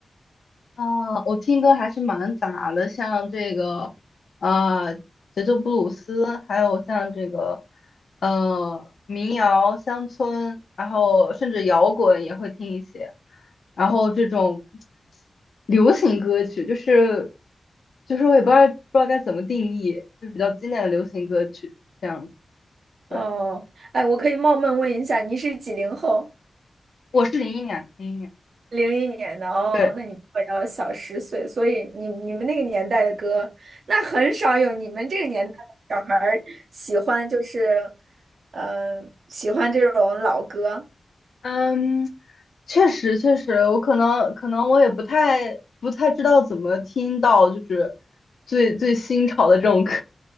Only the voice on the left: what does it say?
啊，我听歌还是蛮杂的，像这个，呃节奏布鲁斯，还有像这个，呃，民谣、乡村，然后甚至摇滚也会听一些，然后这种流行歌曲，就是就是我也不知道不知道该怎么定义，就是比较经典的流行歌曲这样子。对，
我是零一年的，零一年，
对。
嗯，确实确实，我可能可能我也不太不太知道怎么听到就是最最新潮的这种歌，